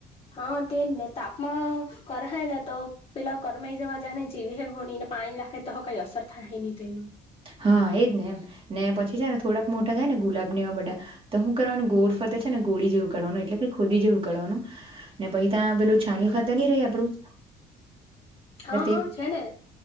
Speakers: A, on the left; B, on the right.
A: હા તે જ ને. તાપમા કરહાય ને તો પેલા કરમાઈ જવા જાને જીવી હે હોણીના પાણી લખાય તો હ કઈ અસર થાય નહી તેમાં.
B: હા એજ ને એમ. ને પછી છે ને થોડાક મોટા થાય ને ગુલાબ ને એવા બધા, તો હું કરવાનું ગોળ ફ રતે છે ને ગોળી જેવું કરવાનું એટલે કે ખોદી જેવું કરવાનું, ને પછી ત્યા પેલું છાણ્યું ખાતર નઈ રહે આપડું <inaudible>
A: હા,
B: તે
A: હા છે ને.